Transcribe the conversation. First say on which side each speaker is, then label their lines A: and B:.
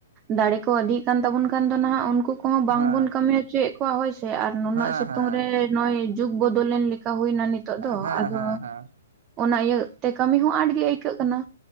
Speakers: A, on the right (about 25°); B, on the right (about 65°).
A: ᱫᱟᱲᱮ ᱠᱚ ᱤᱫᱤᱜ ᱠᱟᱱ ᱛᱟᱵᱚᱱ ᱠᱷᱟᱱ ᱫᱚ ᱱᱟᱦᱟᱜ ᱩᱱᱠᱩ ᱠᱚᱦᱚᱸ
B: ᱦᱮᱸ
A: ᱵᱟᱝᱵᱚᱱ ᱠᱟᱹᱢᱤ ᱦᱚᱪᱚᱭᱮᱫ ᱠᱚᱣᱟ ᱦᱳᱭ ᱥᱮ, ᱟᱨ ᱱᱩᱱᱟᱹᱜ
B: ᱦᱮᱸ
A: ᱥᱤᱛᱩᱝ
B: ᱦᱮᱸ ᱦᱮᱸ
A: ᱨᱮ ᱱᱚᱜᱚᱭ ᱡᱩᱜ ᱵᱚᱫᱚᱞᱱ ᱞᱮᱠᱟ ᱪᱠᱟ ᱦᱩᱭᱮᱱᱟ ᱱᱤᱛᱚᱜ ᱫᱚ
B: ᱦᱮᱸ
A: ᱟᱫᱚ
B: ᱦᱮᱸ ᱦᱮᱸ
A: ᱚᱱᱟ ᱤᱭᱟᱹ ᱛᱮ ᱠᱟᱹᱢᱤ ᱦᱚᱸ ᱟᱸᱴ ᱜᱮ ᱟᱹᱭᱠᱟᱹᱜ ᱠᱟᱱᱟ᱾